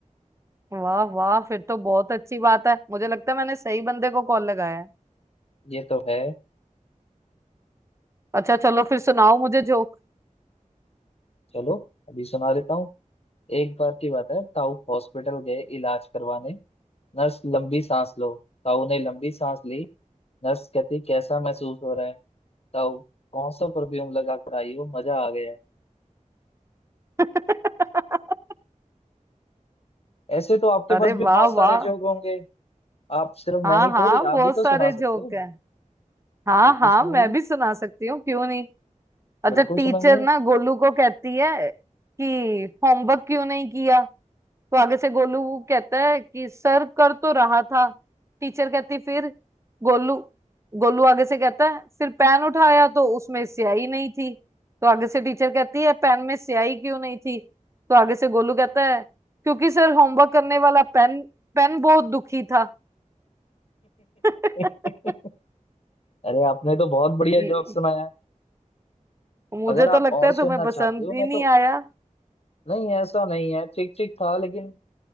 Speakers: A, on the right; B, on the left.
A: वाह वाह फिर तो बहुत अच्छी बात है मुझे लगता है मैंने सही बंदे को कॉल लगाया है
B: ये तो है
A: अच्छा चलो फिर सुनाओ मुझे जोक
B: चलो अभी सुना देता हूँ एक बार की बात है ताऊ हॉस्पिटल गए इलाज करवाने नर्स लंबी सांस लो ताऊ ने लंबी सांस ली नर्स कहती कैसा महसूस हो रहा है ताऊ कौन सा परफ्यूम लगा कर आई हो मजा आ गया
A: <laughs>
B: ऐसे तो आपके
A: अरे
B: पास भी बहुत
A: वाह
B: सारे
A: वाह
B: जोक होंगे आप सिर्फ
A: हाँ
B: मैं ही
A: हाँ
B: थोड़ी
A: बहुत
B: आप भी तो
A: सारे
B: सुना सकते
A: जोक
B: हो
A: हैं हाँ
B: बिल्कुल
A: हाँ
B: सुनाइए
A: मैं भी सुना सकती हूँ क्यों नहीं अच्छा
B: बिल्कुल
A: टीचर
B: सुनाइए
A: ना गोलू को कहती है कि होमवर्क क्यों नहीं किया तो आगे से गोलू कहता है कि सर कर तो रहा था टीचर कहती फिर गोलू गोलू आगे से कहता है फिर पेन उठाया तो उसमें स्याही नहीं थी तो आगे से टीचर कहती है पेन में स्याही क्यों नहीं थी तो आगे से गोलू कहता है क्योंकि सर होमवर्क करने वाला पेन पेन बहुत दुखी था <laughs>
B: <laughs> अरे आपने तो बहुत बढ़िया
A: ये-
B: जोक सुनाया
A: मुझे
B: अगर आप
A: तो लगता
B: और
A: है
B: सुनना
A: तुम्हें पसंद
B: चाहते हो
A: ही
B: मैं
A: नहीं
B: तो
A: आया
B: नहीं ऐसा नहीं है ठीक ठीक था लेकिन